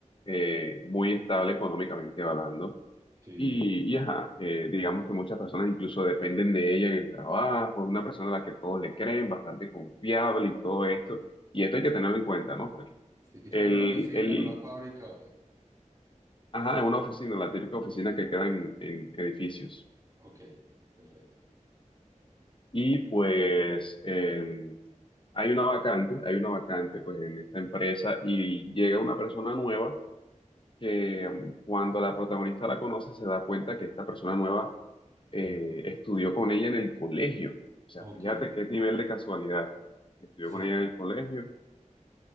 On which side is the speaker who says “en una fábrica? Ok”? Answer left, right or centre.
Right